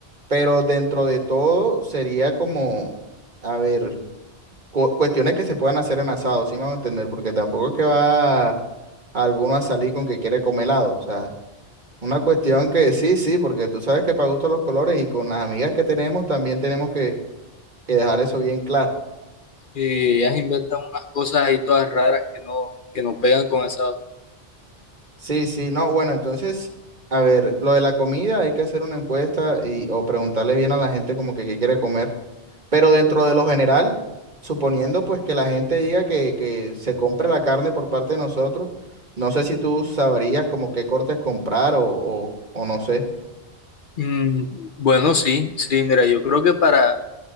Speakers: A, on the right; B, on the left.
A: pero dentro de todo sería como, a ver, cu- cuestiones que se puedan hacer en asado, sí me van a entender, porque tampoco es que va alguno a salir con que quiere comer helado, o sea. Una cuestión que sí, sí, porque tú sabes que para gusto los colores y con las amigas que tenemos también tenemos que, que dejar eso bien claro.
B: Y ellas inventan unas cosas ahí todas raras que no, que no pegan con esa.
A: Sí, sí, no, bueno, entonces, a ver, lo de la comida hay que hacer una encuesta y o preguntarle bien a la gente como que qué quiere comer, pero dentro de lo general, suponiendo pues que la gente diga que, que se compre la carne por parte de nosotros, no sé si tú sabrías como qué cortes comprar o, o, o no sé.
B: Mm, bueno, sí, sí, mira, yo creo que para,